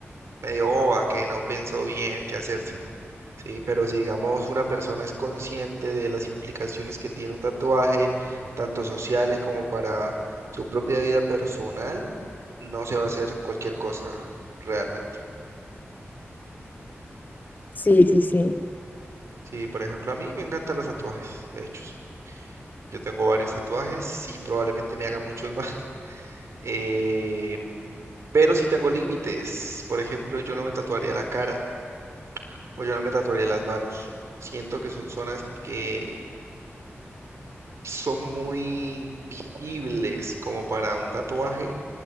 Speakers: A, on the right; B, on the left.
A: medio boba que no pensó bien qué hacerse. Sí, pero si digamos una persona es consciente de las implicaciones que tiene un tatuaje, tanto sociales como para su propia vida personal, no se va a hacer cualquier cosa realmente.
B: Sí, sí, sí.
A: Sí, por ejemplo, a mí me encantan los tatuajes, de hecho, sí. Yo tengo varios tatuajes, sí, probablemente me haga muchos más. <laughs> eh, pero sí tengo límites. Por ejemplo, yo no me tatuaría la cara o yo no me tatuaría las manos. Siento que son zonas que son muy visibles como para un tatuaje.